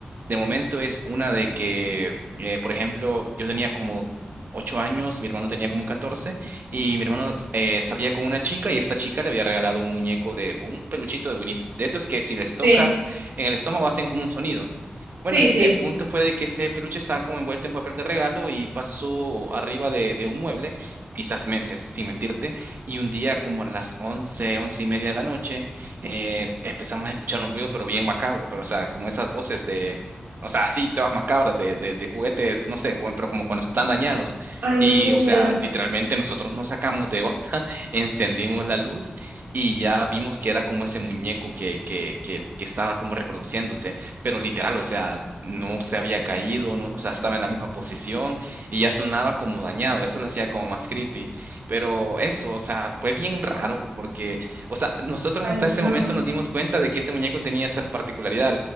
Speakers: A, on the right (about 55°); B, on the right (about 80°).
A: de momento es una de que, eh, por ejemplo, yo tenía como ocho años, mi hermano tenía como 14 y mi hermano eh, salía con una chica y esta chica le había regalado un muñeco de un peluchito de Winnie Pooh. De esos que si les tocas
B: sí,
A: en el estómago hacen como un sonido.
B: sí,
A: Bueno,
B: sí.
A: el punto fue de que ese peluche estaba como envuelto en papel de regalo y pasó arriba de, de un mueble, quizás meses, sin mentirte, y un día como a las once, once y media de la noche eh, empezamos a escuchar un ruido, pero bien macabro, pero o sea, como esas voces de, o sea, así, todas macabras de, de, de juguetes, no sé, cu- pero como cuando están dañados.
B: Ay,
A: Y,
B: no, qué miedo.
A: o sea, literalmente nosotros nos sacamos de onda, <laughs> encendimos la luz y ya vimos que era como ese muñeco que, que, que, que estaba como reproduciéndose. Pero literal, o sea, no se había caído, no, o sea, estaba en la misma posición y ya sonaba como dañado. Eso lo hacía como más creepy. Pero eso, o sea, fue bien raro porque, o sea, nosotros
B: Ay,
A: hasta ese
B: no.
A: momento nos dimos cuenta de que ese muñeco tenía esa particularidad